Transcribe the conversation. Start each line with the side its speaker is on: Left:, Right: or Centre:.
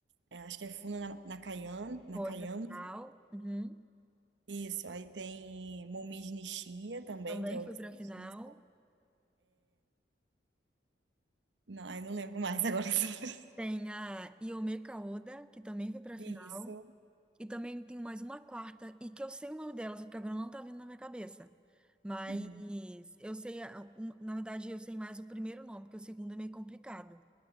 Right: é, acho que é Funa Na- Nakayan, Nakayama,
Centre: foi para final. uhum,
Right: isso, aí tem Momiji Nishiya também,
Centre: Também
Right: que é outra
Centre: foi para
Right: skatista.
Centre: final.
Right: Não, aí não lembro mais agora as <laughs> outras.
Centre: Tem a Iome Kaoda, que também foi para final.
Right: Isso,
Centre: E também tem mais uma quarta, e que eu sei o nome dela, só que agora não tá vindo na minha cabeça. Mas
Right: uhum.
Centre: eu sei, a- um- na verdade, eu sei mais o primeiro nome, porque o segundo é meio complicado.